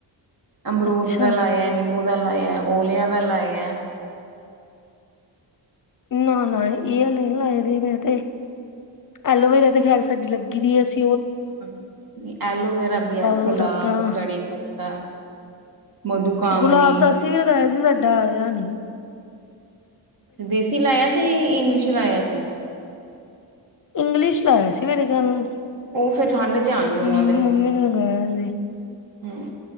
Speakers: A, on the right; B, on the left.
A: ਅਮਰੂਦ
B: ਅੱਛਾ
A: ਦਾ ਲਾਇਆ ਨਿੰਬੂ ਦਾ ਲਾਇਆ ਓਲਿਆ ਦਾ ਲਾਇਆ।
B: <unintelligible> ਨਾ, ਨਾ, ਇਹ ਹਲੇ ਨਾ ਲਗਦੇ ਮੈਂ ਤੇ ਐਲੋਵੇਰਾ ਤੇ ਖੈਰ ਸਾਡੀ ਲੱਗੀ ਦੀ ਅਸੀ
A: ਹਾਂ ਐਲੋਵੇਰਾ ਵੀ ਹੈ,
B: ਔਰ
A: ਗੁਲਾਬ
B: ਆਪਣਾ
A: ਕੜੀ ਪੱਤਾ ਮਧੂ ਕਾਮਨੀ।
B: ਗੁਲਾਬ ਦਾ ਅਸੀਂ ਵੀ ਲਗਾਇਆ ਸੀ, ਸਾਡਾ ਆਇਆ ਨਹੀਂ,
A: ਅੱਛਾ ਦੇਸੀ ਲਾਇਆ ਸੀ, ਇੰਗਲਿਸ਼ ਲਾਇਆ ਸੀ।
B: ਇੰਗਲਿਸ਼ ਲਾਇਆ ਸੀ, ਮੇਰੇ ਗੱਲ ਨਾਲ
A: ਉਹ ਫੇਰ ਠੰਢ ਚ ਆਉਣਗੇ, ਉਹਨਾਂ
B: ਮੰਮ
A: ਦੇ ਫੁੱਲ
B: ਮੰਮੀ ਨੇ ਲਗਾਇਆ ਸੀ।
A: ਹੂੰ।